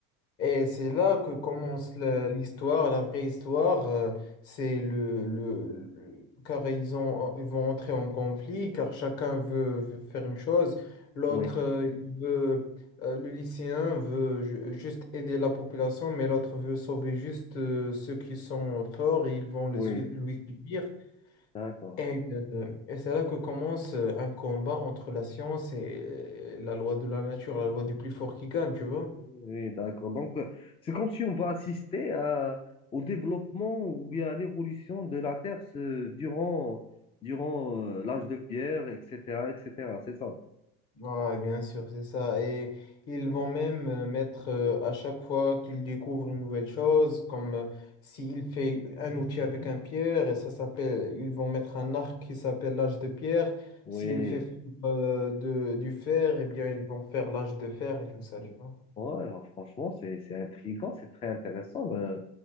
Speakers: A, on the left; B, on the left.
A: Et c'est là que commence la- l'histoire, la vraie histoire, euh, c'est le, le, le- car ils ont, ils vont entrer en conflit, car chacun veut, veut faire une chose, l'autre,
B: Oui,
A: euh, il veut, euh, le lycéen veut ju- juste aider la population, mais l'autre veut sauver juste euh, ceux qui sont forts, et ils vont le
B: oui,
A: sui- lui suivre.
B: d'accord.
A: Et, euh, et c'est là que commence euh, un combat entre la science et euh, la loi de la nature, la loi du plus fort qui gagne, tu vois?
B: Oui, d'accord. Donc, euh, c'est comme si on va assister à- au développement ou bien à l'évolution de la Terre ce- durant, durant euh, l'âge de pierre, etc., etc. C'est ça.
A: Ouais, bien sûr, c'est ça. Et ils vont même euh, mettre euh, à chaque fois qu'ils découvrent une nouvelle chose, comme euh, s'il fait un outil avec un pierre, et ça s'appelle, ils vont mettre un arc qui s'appelle l'âge de pierre.
B: Oui,
A: S'il fait euh, de, du fer, eh bien, ils vont faire l'âge de fer et tout ça, tu vois?
B: ouais, franchement, c'est, c'est intriguant, c'est très intéressant. euh,